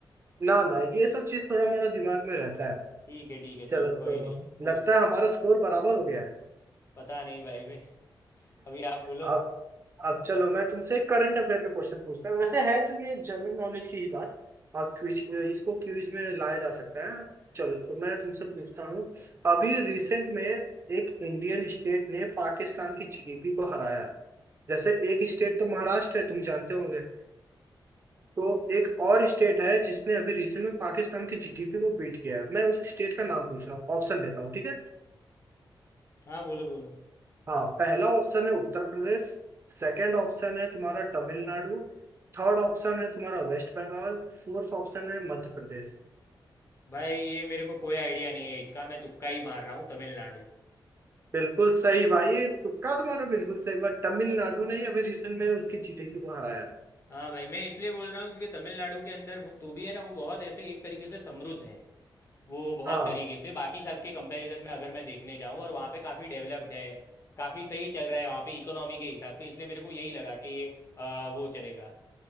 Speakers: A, on the right; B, on the left.
A: ना ना ये सब चीज थोड़ा मोड़ा दिमाग में रहता है
B: ठीक है ठीक है
A: चलो
B: चलो
A: तो
B: कोई नहीं पूछो
A: लगता है हमारा स्कोर बराबर हो गया है
B: पता नहीं भाई मैं अभी आप बोलो
A: अब अब चलो मैं तुमसे करंट अफेयर का क्वेश्चन पूछता हूँ वैसे है तो ये जनरल नॉलेज की ही बात आप क्विज इसको क्विज में लाया जा सकता है चलो तो मैं तुमसे पूछता हूँ अभी रिसेंट में एक इंडियन स्टेट ने पाकिस्तान की जीडीपी को हराया है जैसे एक स्टेट तो महाराष्ट्र है तुम जानते होंगे तो एक और स्टेट है जिसने अभी रिसेंट में पाकिस्तान की जीडीपी को बीट किया है मैं उस स्टेट का नाम पूछ रहा हूँ ऑप्शन देता हूँ ठीक है
B: हाँ बोलो बोलो
A: हाँ पहला ऑप्शन है उत्तर प्रदेश सेकंड ऑप्शन है तुम्हारा तमिलनाडु थर्ड ऑप्शन है तुम्हारा वेस्ट बंगाल फोर्थ ऑप्शन है मध्य प्रदेश
B: भाई ये मेरे को कोई आइडिया नहीं है इसका मैं तुक्का ही मार रहा हूँ तमिलनाडु
A: बिल्कुल सही भाई तुक्का तुम्हारा बिल्कुल सही बात तमिलनाडु ने ही अभी रिसेंट में उसकी जीटीपी को हराया है।
B: हाँ भाई मैं इसलिए बोल रहा हूँ क्योंकि तमिलनाडु के अंदर वो- तो भी है ना वो बहुत ऐसे एक तरीके से समृद्ध है वो बहुत
A: हाँ
B: तरीके से बाकी सब के कंपैरिजन में अगर मैं देखने जाऊँ और वहाँ पे काफ़ी डेवलप्ड है काफ़ी सही चल रहा है वहाँ पे इकोनॉमी के हिसाब से इसलिए मेरे को यही लगा कि आ, वो चलेगा